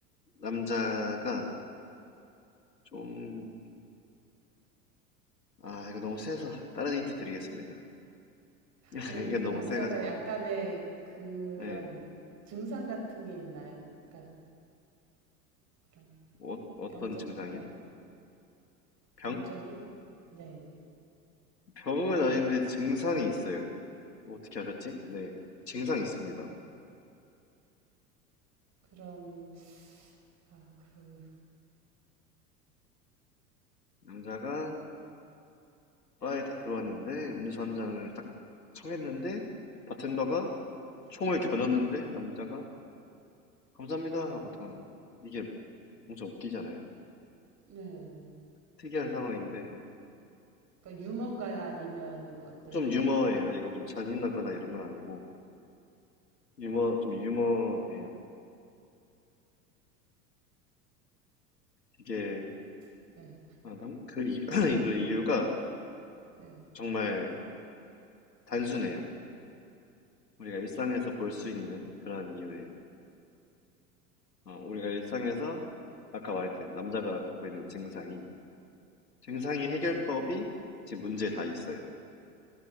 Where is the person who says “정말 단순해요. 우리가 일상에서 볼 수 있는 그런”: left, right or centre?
Left